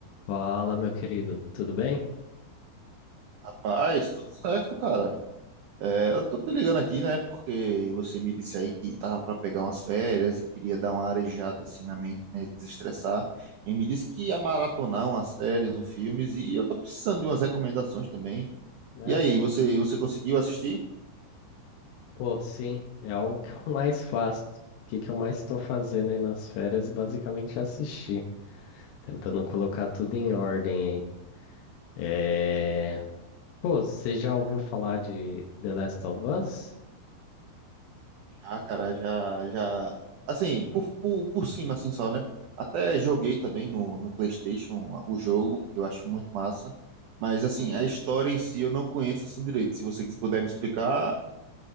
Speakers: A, on the left; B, on the right.
A: Fala, meu querido, tudo bem?
B: Rapaz, tudo certo, cara. É, eu tô te ligando aqui, né? Porque você me disse aí que tava pra pegar umas férias e queria dar uma arejada assim na mente, né? Desestressar. E me disse que ia maratonar umas séries, uns filmes e eu tô precisando de umas recomendações também.
A: É?
B: E aí, você você conseguiu assistir?
A: Pô, sim, é o que eu mais faço. O que que eu mais estou fazendo aí nas férias, basicamente é assistir, tentando colocar tudo em ordem aí. É... Pô, você já ouviu falar de The Last of Us?
B: Já, cara, já já assim, por, por, por cima assim só, né? Até joguei também no no PlayStation o jogo, que eu acho muito massa. Mas assim, a história em si eu não conheço assim direito. Se você quis puder me explicar,